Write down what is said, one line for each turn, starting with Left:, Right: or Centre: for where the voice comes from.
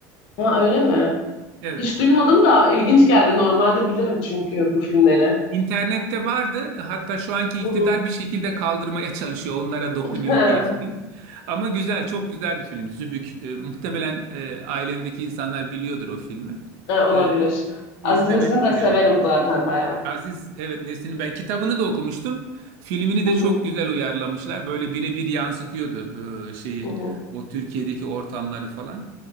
Left: ha öyle mi?
Right: Evet.
Left: Hiç duymadım da ilginç geldi. Normalde bilirim çünkü bu filmleri.
Right: İnternette vardı. Hatta şu anki iktidar
Left: Hı hı.
Right: bir şekilde kaldırmaya çalışıyor. Onlara
Left: <laughs>
Right: dokunuyor diye film.
Left: Ha,
Right: Ama güzel, çok güzel bir film. Zübük. E, muhtemelen e, ailendeki insanlar biliyordur o filmi.
Left: ha, olabilir.
Right: E, izlemelisin
Left: Aziz de severim
Right: yani.
Left: zaten bayağı.
Right: Aziz, evet Nesin'in ben kitabını da okumuştum. Filmini
Left: Hı
Right: de
Left: hı,
Right: çok güzel uyarlamışlar. Böyle birebir yansıtıyordu e, şeyi
Left: hı hı,
Right: o Türkiye'deki ortamları falan.